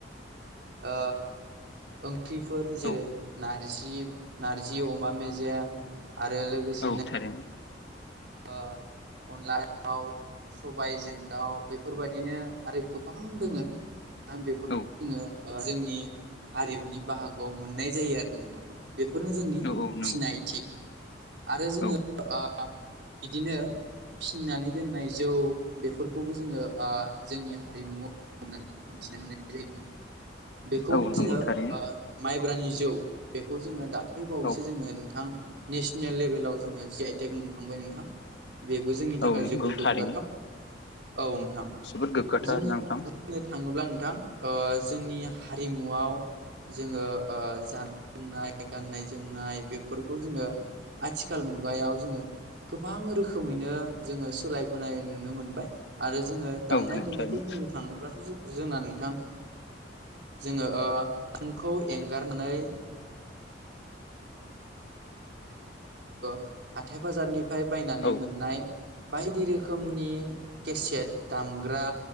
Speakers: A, on the right; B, on the left.
A: ओ ओंख्रिफोर जेरै
B: औ
A: नारजि नारजि अमा मेजेम आरो लोगोसेनो
B: औ थारैनो
A: ओ अनला <unintelligible> थाव सबायजों दाउ बेफोरबादिनो आरो गोबां दोङो नोंथां बेफोरखौ
B: औ
A: जोङो ओ जोंनि हारिमुनि बाहागोआव मोननाय जायो आरो नोंथां बेफोरनो जोंनि
B: औ औ नंगौ
A: सिनायथि आरो जोङो
B: औ
A: ओ बिदिनो फिनानै दोननाय जौ बेफोरखौबो जोङो ओ जोंनि हारिमु होननानै मिथिना मोननाय जाय <unintelligible> बेखौ
B: औ नंगौ
A: जोङो
B: थारैनो
A: ओ माइब्रानि जौ बेखौ जोङो दाख्लै बावैसो
B: औ
A: जोङो नोंथां नेसनेल लेभेलाव जोङो जि आइटेक मोनखांबाय नोंथां बेबो जोंनि थाखाय
B: औ नंगौ
A: जोबद गोग्गाथाव
B: थारैनो
A: औ नोंथां
B: जोबोद गोग्गाथाव
A: जोङो
B: आरोना नोंथां
A: बुंनो थाङोब्ला नोंथां ओ जोंनि हारिमुआव जोङो ओ जानाय लोंनाय गाननाय जोमनाय बेफोरखौ जोङो आथिखाल मुगायाव जोङो गोबां रोखोमैनो जोङो सोलायबोनाय नुनो मोनबाय आरो जोङो दामनाय
B: औ नंगौ
A: देनायखौ
B: थारैनो
A: बुंनो थाङोब्लाथ' जों जोंना नोंथां जोङो ओ फुंखौ एंगारना हाथाय बाजारनिफ्राय बायनानै
B: औ
A: मोननाय बायदि रोखोमनि केसेट दामग्रा